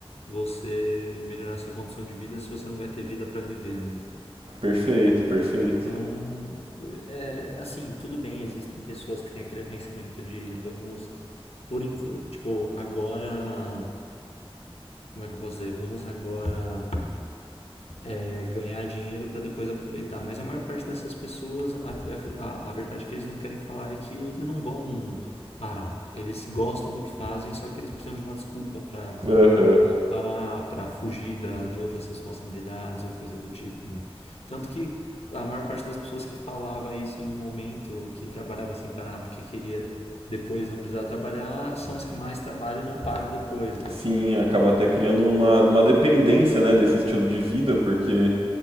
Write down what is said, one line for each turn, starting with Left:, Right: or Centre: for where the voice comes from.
Left: você melhorar sua condição de vida se você não vai ter vida para viver, né?
Right: Perfeito, perfeito.
Left: Então, é, assim, tudo bem, existem pessoas que têm aquele pensamento de vamos, por enqu- tipo, agora, como é que eu posso dizer? Vamos agora é, ganhar dinheiro para depois aproveitar. Mas a maior parte dessas pessoas, a, a, a verdade que eles não querem falar é que eles não vão parar. Eles gostam do que fazem, só que eles precisam de uma desculpa para
Right: Aham.
Left: parar para fugir da, de outras responsabilidades ou coisa do tipo, né? Tanto que a maior parte das pessoas que falava isso em um momento que trabalhava sem parar porque queria depois não precisar trabalhar são as que mais trabalham e não param depois, né?
Right: Sim, acaba até criando uma, uma dependência, né, desse estilo de vida, porque